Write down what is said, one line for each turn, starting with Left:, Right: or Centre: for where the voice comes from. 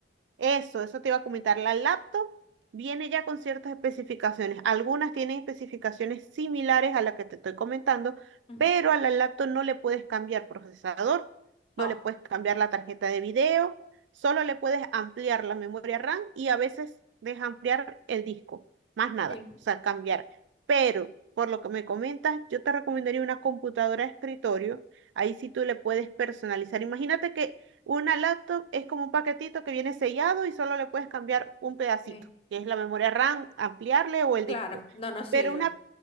Right: Eso, eso te iba a comentar. La laptop viene ya con ciertas especificaciones. Algunas tienen especificaciones similares a las que te estoy comentando,
Left: Ujú.
Right: pero a la laptop no le puedes cambiar procesador, no
Left: Oh,
Right: le puedes cambiar la tarjeta de video, solo le puedes ampliar la memoria RAM y a veces ampliar el disco, más nada,
Left: sí,
Right: o sea, cambiar. Pero por lo que me comentas, yo te recomendaría una computadora de escritorio. Ahí sí tú le puedes personalizar. Imagínate que una laptop es como un paquetito que viene sellado y solo le puedes cambiar un pedacito,
Left: sí.
Right: que es la memoria RAM, ampliarle o el
Left: Claro,
Right: disco.
Left: no nos sirve.
Right: Pero una,